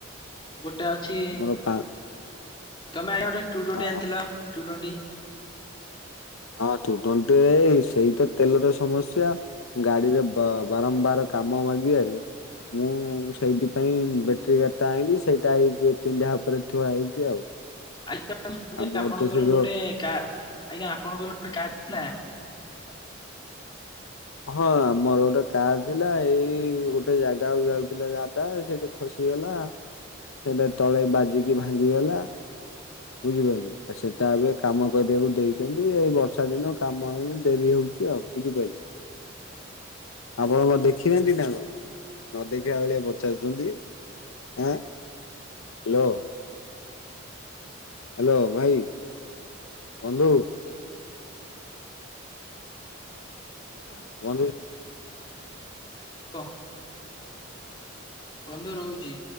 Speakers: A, on the left; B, on the left.
A: ଗୋଟେ ଅଛି
B: ଆମର ପା
A: ତମେ ଆଜ୍ ଗଟେ ଟୁ ଟ୍ୱେଣ୍ଟି
B: ହଁ
A: ଆଣିଥିଲ ଟୁ ଟ୍ୱେଣ୍ଟି
B: ହଁ ତୁଟନ୍ତ ଏଇ ସେଇ ତ ତେଲର ସମସ୍ୟା ଗାଡିରେ ବାରମ୍ବାର କାମ ମାଗିବାରୁ ମୁଁ ସେଇଥି ପାଇଁ ବେଟେରୀ ଗାଡ ଟା ଆଣିଲି ସେଇଟାଇ ପିନ୍ଧା ଉପରେ ଥୁଆ ହେଇଛି ଆଉ
A: ଶ
B: ଆଉ ମୋର
A: ଆପଣଙ୍କର
B: ତ ସେ ଯୋଉ
A: ଗୋଟେ କ ଆଜ୍ଞା ଆପଣଙ୍କର ଗୋଟେ କାର ଥିଲା
B: ହଁ ମୋର ଗୋଟେ କାର୍ ଥିଲା ଏଇ ଗୋଟେ ଜାଗାକୁ ଯାଉଥିଲା ଦାଦା ସେଇଠେ ଖସିଗଲା ସେଇଟା ତଳେ ବାଜିକି ଭାଙ୍ଗିଗଲା ବୁଝିପାରିଲେ ଆ ସେଟା ଏବେ କାମ କରିବାକୁ ଦେଇଛନ୍ତି ଏଇ ବର୍ଷା ଦିନ କାମ ହେଇନି ଡେରି ହଉଛି ଆଉ ବୁଝିପାରିଲେ
A: ଆ
B: ଆପଣ କଣ ଦେଖି ନାହାନ୍ତି ନା କଣ ନ ଦେଖା ଭେଳିଆ ପଚାରୁଛନ୍ତି।
A: ଆ
B: ଆଁ ହ୍ୟାଲୋ ହ୍ୟାଲୋ ଭାଇ ବନ୍ଧୁ ନା ବନ୍ଧୁ
A: ହ ବନ୍ଧୁ ରହୁଛି।